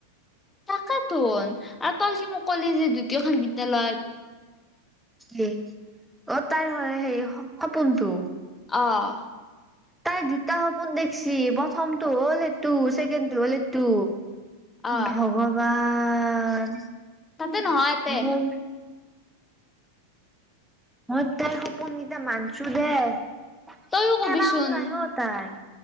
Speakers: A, on the left (about 15°); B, in the centre.
A: তাকেতোন আৰু তই যে মোক কলি যে দ্বিতীয়খন বিদ্যালয়
B: হে অ' তাইৰ হয় হেৰি সপোনটো
A: অ'।
B: তাই দুটা সপোন দেখছি প্ৰথমটো হ'ল সেটো, ছেকেণ্ড টো হ'ল এটো।
A: আহ
B: ভগৱান।
A: তাতে নহয় এতে
B: মোৰ মই তাইৰ সপোনকেইটা মানছো দে, খেলাও
A: তইও কবিচোন
B: নাই ও তাই।